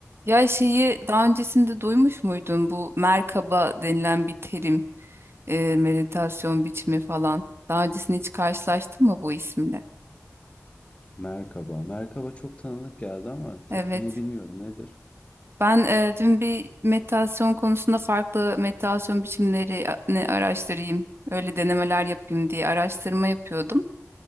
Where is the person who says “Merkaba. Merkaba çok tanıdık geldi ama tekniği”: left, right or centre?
Left